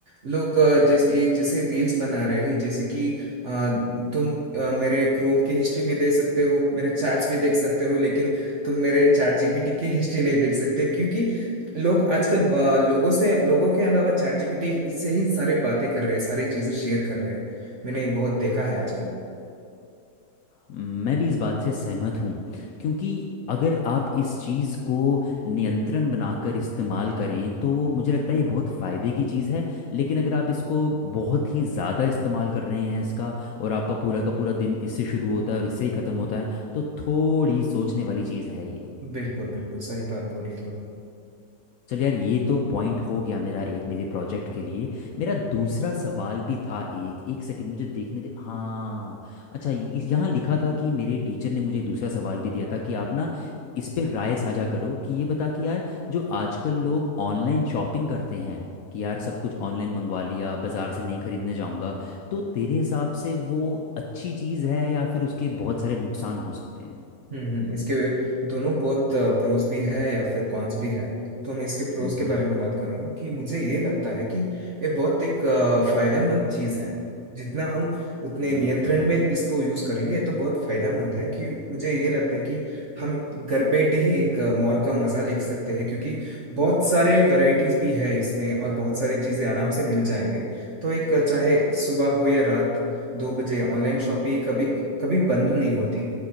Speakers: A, on the right; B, on the left.
A: लोग अ, जैसे ये जैसे रील्स बना रहे हैं जैसे कि अ, तुम अ, मेरे क्रोम की हिस्ट्री भी देख सकते हो मेरे चैट्स भी देख सकते हो लेकिन तुम मेरे चैट जीपीटी की हिस्ट्री नहीं देख सकते क्योंकि लोग आजकल अ, लोगों से लोगों के अलावा चैट जीपीटी से ही सारी बातें कर रहे हैं सारी चीजें शेयर कर रहे हैं मैंने ये बहुत देखा है आजकल
B: मैं भी इस बात से सहमत हूँ क्योंकि अगर आप इस चीज़ को नियंत्रण बनाकर इस्तेमाल करें तो मुझे लगता है ये बहुत फ़ायदे की चीज़ है लेकिन अगर आप इसको बहुत ही ज़्यादा इस्तेमाल कर रहे हैं इसका और आपका पूरा का पूरा दिन इससे शुरू होता है और इससे ही ख़त्म होता है तो थोड़ी सोचने वाली चीज़ है ये
A: बिल्कुल बिल्कुल सही बात बोली तुमने
B: चल यार ये तो पॉइंट हो गया मेरा एक मेरे प्रोजेक्ट के लिए मेरा दूसरा सवाल भी था एक एक सेकंड मुझे देखने दे हाँ अच्छा य- यहाँ लिखा था कि मेरे टीचर ने मुझे दूसरा सवाल भी दिया था कि आप ना इस पे राय साझा करो कि ये बता कि यार जो आजकल लोग ऑनलाइन शॉपिंग करते हैं कि यार सब कुछ ऑनलाइन मंगवा लिया बाजार से नहीं खरीदने जाऊंगा तो तेरे हिसाब से वो अच्छी चीज़ है या फिर उसके बहुत सारे नुकसान हो सकते हैं
A: हम्म हम्म, इसके दोनों बहुत प्रोज भी है या फिर कॉन्स भी है तो मैं इसके प्रोज
B: हम्म
A: के बारे में बात करूंगा कि मुझे ये लगता है कि ये बहुत एक अ, फायदेमंद चीज है जितना हम उतने
B: हम्म
A: नियंत्रण में इसको यूज करेंगे ये तो बहुत फायदेमंद है कि मुझे ये लगता है कि हम घर बैठे ही एक मॉल का मजा ले सकते हैं क्योंकि बहुत सारे वैरायटीज भी है इसमें और बहुत सारी चीजें आराम से मिल जाएंगे तो एक अ, चाहे सुबह हो या रात दो बजे ऑनलाइन शॉपिंग कभी कभी बंद नहीं होती